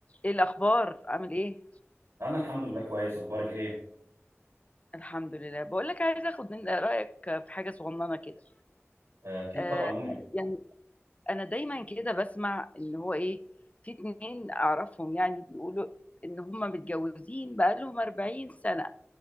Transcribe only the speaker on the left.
ايه الاخبار عامل ايه
الحمد لله بقول لك عايزه اخد من رايك في حاجه صغننه كده
آه
يعني انا دايما كده بسمع ان هو ايه في اتنين اعرفهم يعني بيقولوا ان هم متجوزين بقالهم 40 سنه